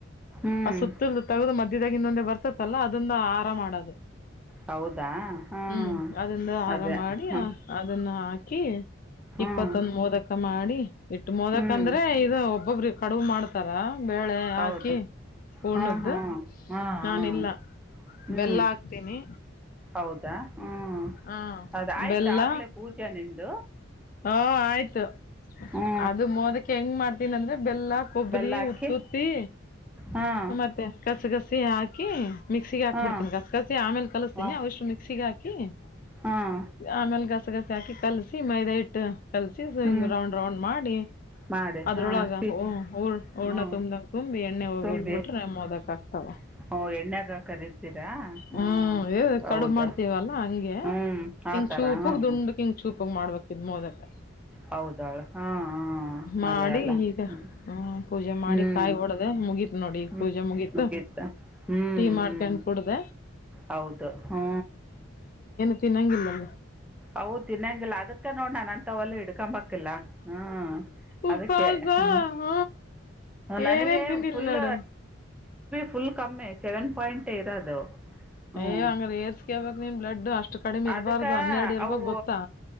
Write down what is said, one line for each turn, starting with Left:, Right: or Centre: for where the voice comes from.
Centre: ಹ್ಮ್
Left: ಆ ಸುತ್ತಲ ತಗದು ಮಧ್ಯದಾಗಿಿಂದೊಂದ. ಬರ್ತತ್ತಲ್ಲ ಅದನ್ನ ಆರಾಮ ಮಾಡೋದು.
Centre: ಹೌದಾ ಹಾಂ
Left: ಹ್ಮ್ ಅದಂದು
Centre: ಅದೇ
Left: ಆರಾಮ ಮಾಡಿ
Centre: ಹ್ಞೂ
Left: ಅದನ್ನ ಹಾಕಿ
Centre: ಹ್ಞೂ
Left: ಇಪ್ಪತ್ತೊಂದ
Centre: ಹ್ಞೂ
Left: ಮೋದಕ ಮಾಡಿ ಇಟ್ಟ ಮೋದಕ
Centre: ಹ್ಞೂ
Left: ಅಂದ್ರೆ ಇದು ಒಬ್ಬೊಬ್ರ. ಕಡುವು ಮಾಡ್ತಾರ. ಬೇಳೆ
Centre: ಹೌದು
Left: ಹಾಕಿ ಪೂರ್ಣದ್ದ.
Centre: ಹಾಂ ಹಾಂ ಹಾಂ
Left: ನಾನ
Centre: ಹಾಂ
Left: ಇಲ್ಲ
Centre: ಹ್ಞೂ
Left: ಬೆಲ್ಲ ಹಾಕ್ತೀನಿ.
Centre: ಹೌದಾ. ಹ್ಮ್
Left: ಹ
Centre: ಅದ ಆಯ್ತು
Left: ಬೆಲ್ಲ
Centre: ಆಗ್ಲೇ ಪೂಜೆ ನಿ್ದ.
Left: ಹ ಆಯ್ತು
Centre: ಹ್ಞೂ
Left: ಅದು ಮೋದಕ್ಕೆ ಹೆಂಗ್ ಮಾಡ್ತೀನ ಅಂದ್ರೆ. ಬೆಲ್ಲ ಕೊಬ್ಬರಿ
Centre: ಬೆಲ್ಲ ಹಾಕಿ
Left: ಉುತ್ತುತ್ತಿ
Centre: ಹಾಂ
Left: ಮತ್ತೆ ಕಸಗಸ. ಸಯಕ. ಮಿಕ್ಸಿಗೆ ಹಾಬಿಡ್ತೀಿ
Centre: ಹಾಂ
Left: ಕಸಿ ಆೇಲೆ ಕಿಸಸ್ೀನಿಷ್ಟುಿಸಿಗೆ
Centre: ವಾ
Left: ಹಾಿ. ಕ.
Centre: ಹಾಂ
Left: ಆಮೇಲೆ ಗಸಗಸ. ಿ ಕಲ್ ಸಿ ಮೈದ ಇ. ಅಟ್ಟ. ಕಲ್ಸಿ
Centre: ಹ್ಞೂ
Left: ಹಿಂಗ ರೌಂಡ್ ರೌಂಡ್ ಮಾಡಿ
Centre: ಮಾಡಿ
Left: ಅದ್ರೊಳಗ
Centre: ಹಾಂ ಸ್ಟಿ
Left: ಹ ಹ
Centre: ಹ್ಞೂ
Left: ಹಊರ್ನ ತುಂಬ್ದಂಗ ತುಂಬಿ ಎಣ್ಣೆ ಹೋಗದ್ಬಿಟ್ರೆ
Centre: ತುಂಬಿ
Left: ಮದಕ್ ಆಕ್ತಾವ
Centre: ಹ್ಞೂ ಎಣ್ಣೆಗೆ ಕರಿತೀರಾ ಹಾಂ
Left: ಹ್ಮ
Centre: ಹೌದು
Left: ಕಡು ಮಾಡ್ತವಲ್ಲಾ ಹಂಗೆ
Centre: ಹ್ಞೂ
Left: ಹಿಂಗ
Centre: ಆ ಥರ
Left: ಚೂಪಗ
Centre: ಹಾಂ
Left: ದುಂಡಕ್ ಹಿಂಗ ಚೂಪೋಗ ಮಾಡ್ಬೇಕ. ಇದು ಮೋದತ್ತ.
Centre: ಹೌದಾಳ ಹಾ
Left: ಮಾಡಿ
Centre: ಅದೇ ಅಲ್ಲ
Left: ಈಗ
Centre: ಹ್ಮ್
Left: ಹ್ಮ ಪೂಜೆ ಮಾಡಿ
Centre: ಹ್ಮ್
Left: ಕಾಯಿ ಒಡ್ದ ಮುಗೀತ್ ನೋಡಿ ಈಗ
Centre: ಹ್ಮ್
Left: ಪೂಜೆ ಮುಗೀತು
Centre: ನಗಿತ್ತ ಹ್ಮ್
Left: ಟೀ
Centre: ಹ್ಮ
Left: ಮಾಡ್ಕೊಂಡ್ ಕುಡ್ದ
Centre: ಹೌದು ಹ್ಮ.
Left: ಇನ್ನ ಗಿಲ್ಲಲ್ಲ.
Centre: ಹೌದ ತಿನ್ನಂಗಿಲ್ಲ ಅದ. ಅ ನೋ ನಾನು ಅಂತ ಒಲ್ಲ ಹಿಡ್ಕೊಂಬಿಲ್ಲ ಹ್ಮ್
Left: ಉಪವಾಸ
Centre: ಅದಕ್ಕೆ ಹ
Left: ಹ್ಮ
Centre: ನನಗ
Left: ಏನೇನ್ ತಿಂದಿಲ್
Centre: ಫುಲ್.
Left: ನೋಡು
Centre: ಫುಲ್ ಕಮ್ಮ್ ಸೆವೆನ್. ಪಾಯಿಂಟ್ ಇರೋದು ಹ್ಞೂ.
Left: ಏ ಹಂಗ್ರ ಏರ್ಸ್ಕೇಬಕ್ ನೀನ್ ಬ್ಲಡ್ ಅಷ್ಟು ಕಡಿಮೆ ಇರಬಾರ್ದು
Centre: ಅದಕ್ಕ
Left: ಹನ್ನೆರಡು ಇರ್ಬಕ್
Centre: ಅವು
Left: ಗೊತ್ತಾ